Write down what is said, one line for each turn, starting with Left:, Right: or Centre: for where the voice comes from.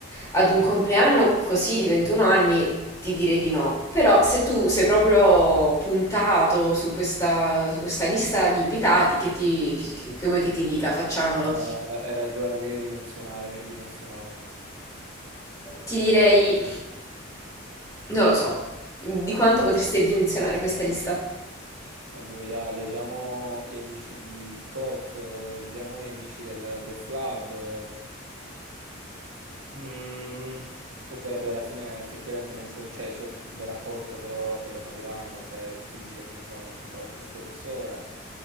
Left: ad un compleanno così di 21 anni ti direi di no. Però se tu sei proprio puntato su questa, su questa lista di invitati, che ti- che- che vuoi che ti dica? Facciamolo.
Right: Ma hai ragione, meglio dimensionare, meglio dimensionare.
Left: Ti direi, non lo so, di quanto potreste ridimensionare questa lista?
Right: Eh, boia, leviamo gli amici di TikTok, eh, leviamo gli amici del Golf Club, eh. Mm, perché vabbè, alla fine effettivamente non c'ho, cioè, c'ho un bel rapporto, però vabbè, lo capiranno, cioè è difficile organizzare un compleanno con tutte queste persone.